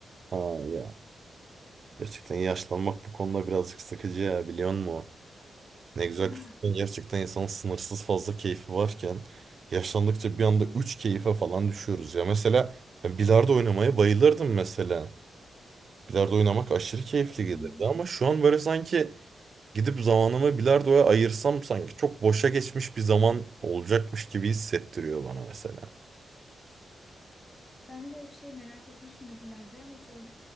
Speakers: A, on the right; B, on the left.
A: Ha ya. Gerçekten yaşlanmak bu konuda birazcık sıkıcı ya biliyor musun? Ne güzel
B: <laughs>
A: küçükken gerçekten insanın sınırsız fazla keyfi varken yaşlandıkça bir anda 3 keyfe falan düşüyoruz ya. Mesela ben bilardo oynamaya bayılırdım mesela. Bilardo oynamak aşırı keyifli
B: Hmm.
A: gelirdi ama şu an böyle sanki gidip zamanımı bilardoya ayırsam sanki çok boşa geçmiş bir zaman olacakmış gibi hissettiriyor bana mesela.
B: Ben de şey merak etmişimdir bilardoyu ama hiç öyle